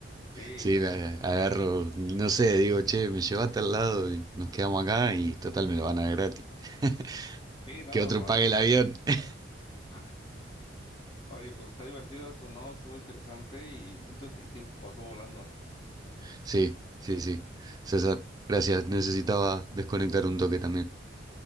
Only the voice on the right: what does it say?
Sí, la- agarro, no sé, digo, che, me lleva a tal lado y nos quedamos acá y total me lo van a dar gratis. <laughs>
Que otro
pague el
avión.
<laughs>
Sí, sí, sí. César, gracias. Necesitaba desconectar un toque también.